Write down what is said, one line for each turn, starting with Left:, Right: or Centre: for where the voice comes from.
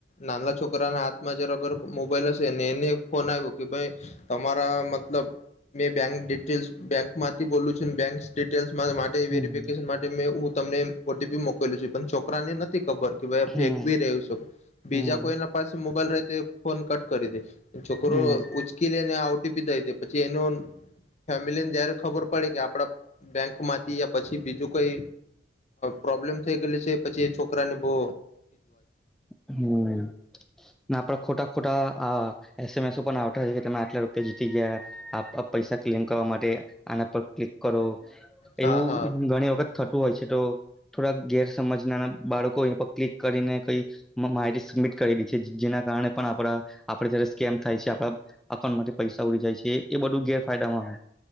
Left: નાના છોકરાના હાથમાં જરાગર મોબાઈલ હશે ને એને ફોન આવ્યો કે ભઈ તમારા મતલબ મેં બેંક ડિટ ટેલ્સ બેક માંથી બોલું છું બેંક ડિટેલ્સ મારાં માટે
Centre: હમ
Left: વેરફિકેશન માટે મે ઉ તમને ઓટીપી મો કલ્યું પણ છોકરાને નથી ખબર <unintelligible>
Centre: હમ
Left: ફેંકબી રહ્યું છ
Centre: હમ
Left: બીજા કઈના પાસે મો બલ રહે તે ફોન કટ કરી દે છોકરો
Centre: હમ
Left: ઉચકી લે ને આઉ પછી એનો ફેમિલીને જયારે ખબર પડે કે આપડા બેંક માંથી પછી બીજું કઈ પ્રોબ્લેમ થઈ ગેલી છે પછી એ છોકરા ને બો
Centre: હમ ના આપડા ખોટા ખોટા આ અસમેસો પણ આવ છે કે તમે આટલા રૂપિયા જીતી ગયા પૈસા ક્લેમ કરવા માટે આના પર ક્લિક કરો
Left: હા
Centre: એવું
Left: હા
Centre: ઘણી વખત થતું હોય છે તો થોડાક ગેર સમજના બાળકો એ પ ક્લિક કરીને કઈ માહિતી સબમિટ કરી દી છે જેના કારણે પણ આપડા આપેડે જ્યારે સ્કેમ થાય છે આપડા અઉન્ટમાંથી પૈસા ઉડી જાય છે એ બધું ગેરફાયદામાં હે.